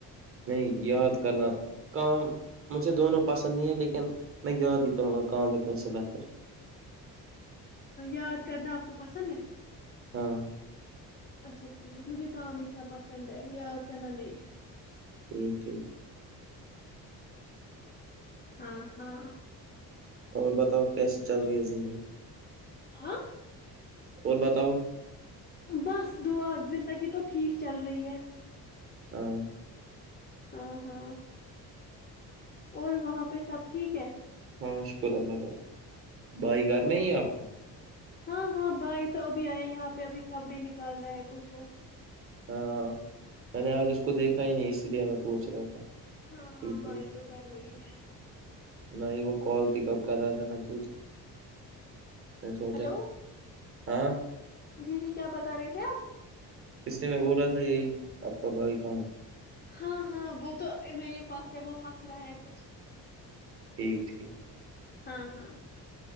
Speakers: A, on the right; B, on the left.
A: نہیں یاد کرنا کام مجھے دونوں پسند نہیں ہیں لیکن میں یاد ہی کروں گا کام لکھنے سے بہتر
B: یاد کرنا آپ کو پسند ہے
A: ہاں
B: اچھا ٹھیک مجھے کام لکھنا پسند ہے یاد کرنا نہیں
A: ٹھیک ٹھیک <unintelligible>
B: ہاں ہاں
A: اور بتاؤ کیسی چل رہی ہے زندگی
B: ہاں
A: اور بتاؤ
B: بس دعا زندگی تو ٹھیک چل رہی ہے
A: ہاں
B: ہاں ہاں اور وہاں پہ سب ٹھیک ہے
A: ہاں شکر اللہالی بھائی گھر
B: اور
A: میں ہی ہے آپ کا
B: ہاں ہاں بھائی تو ابھی آیا یہاں پہ ابھی کپڈی نکال رہا ہے کچھ وہ
A: ہاں میں نے آج اس کو دیکھا ہی نہیں اس لیے میں پوچھ رہا تھا
B: ہاں
A: ٹھیک
B: ہاں بھائی
A: ہے
B: تو گھر میں ہی ہے
A: نہ ہی وہ کال پک اپ کر رہا تھا نہ کچھ میں سوچا
B: ہلو
A: ہاں
B: جی جی کیا بتا رہے تھے آپ
A: کچھ نہیں میں بول رہا تھا یہی تو آپ کا بھائی کہاں ہے
B: ہاں ہاں وہ تو میرے پاس ہے وہ ہس رہا ہے کچھ
A: ٹھیک ٹھیک
B: ہاں ہاں